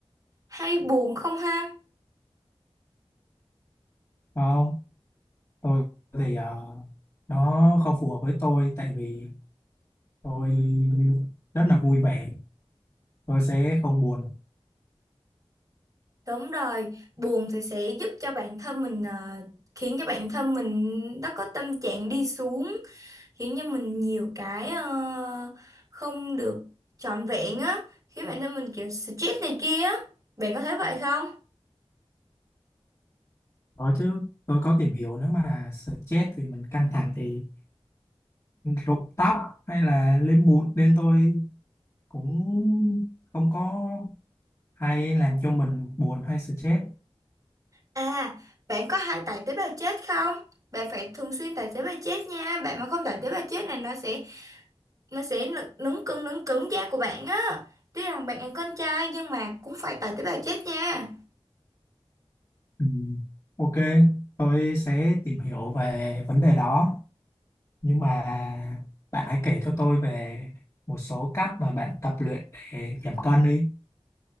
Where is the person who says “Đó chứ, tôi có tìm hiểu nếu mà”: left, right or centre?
Left